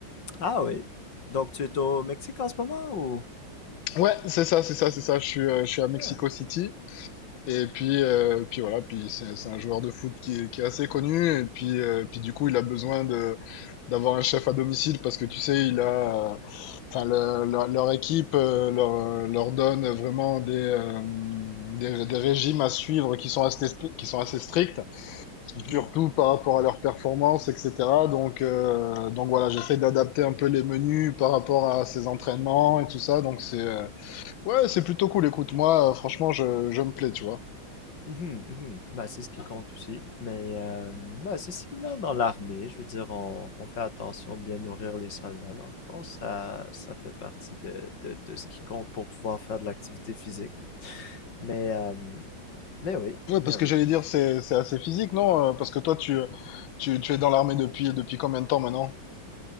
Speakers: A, on the left (about 55°); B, on the left (about 75°).
A: Ah oui. Donc, tu es au Mexique en ce moment ou?
B: Ouais, c'est ça, c'est ça, c'est ça. Je suis, euh, je suis à Mexico
A: Ah.
B: City Et puis, euh, puis voilà, puis c'est c'est un joueur de foot qui est, qui est assez connu. Et puis, euh, puis du coup, il a besoin de d'avoir un chef à domicile parce que tu sais, il a, euh, enfin, le- leur, leur équipe euh, leur, leur donne vraiment des, euh, des des régimes à suivre qui sont assez stri- qui sont assez stricts,
A: Mhm.
B: surtout par rapport à leur performance, etc. Donc, euh, donc voilà, j'essaie d'adapter un peu les menus par rapport à ses entraînements et tout ça. Donc c'est euh, ouais, c'est plutôt cool. Écoute, moi, euh, franchement, je je me plais, tu vois.
A: Mhm, mhm. Bah, c'est ce qui compte aussi. Mais euh, bah, c'est similaire dans l'armée. Je veux dire, on, on fait attention de bien nourrir les soldats. Dans le fond, ça, ça fait partie de, de, de ce qui compte pour pouvoir faire de l'activité physique. Mais, euh, mais oui,
B: Ouais,
A: mais
B: parce
A: oui.
B: que j'allais dire, c'est c'est assez physique, non? Euh, Parce que toi, tu, tu, tu es dans l'armée depuis, depuis combien de temps maintenant?